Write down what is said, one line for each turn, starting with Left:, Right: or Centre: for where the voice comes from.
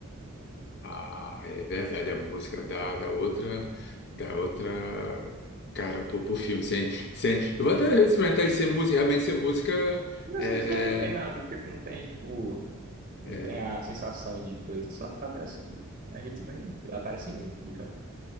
Left: Ah, é verdade. A música da, da outra, da outra cara pro, pro filme. Sem, sem, eu vou até experimentar isso sem música, realmente sem música.
Right: Mas
Left: É,
Right: o som não tem
Left: é.
Right: nada, porque tu não tem, tipo, não
Left: é.
Right: tem a sensação de coisa. Tu só fica fazendo assim. Aí tu nem aparece um bicho